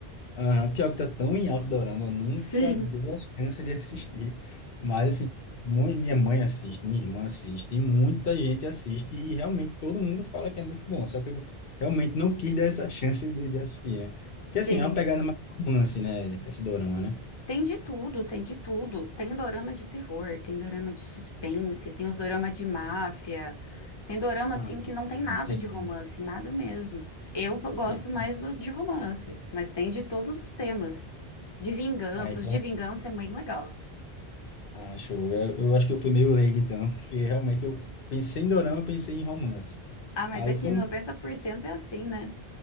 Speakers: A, on the left; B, on the left.
A: ah, pior que tá tão em alto Dorama, eu nunca
B: <laughs> Sim,
A: dei a chance de assistir. Mas, assim, mu- minha mãe assiste, minha irmã assiste, e muita gente assiste, e realmente todo mundo fala que é muito bom. Só que eu realmente não quis dar essa <laughs> chance de, de assistir, né? Porque, assim,
B: tem.
A: é uma pegada mais romance, né? Esse Dorama, né?
B: Tem de tudo, tem de tudo. Tem dorama de terror, tem dorama de suspense, tem os dorama de máfia. Tem dorama, assim,
A: Ah,
B: que não tem nada
A: entendi.
B: de romance, nada mesmo. Eu p- gosto
A: Aí,
B: mais dos de romance, mas tem de todos os temas. De vingança,
A: aí,
B: os de vingança é bem legal.
A: Ah, show. Eu, eu acho que eu fui meio leigo, então, porque realmente eu pensei em dorama, eu pensei em romance.
B: Ah, mas
A: Aí,
B: é que
A: com...
B: 90% é assim, né?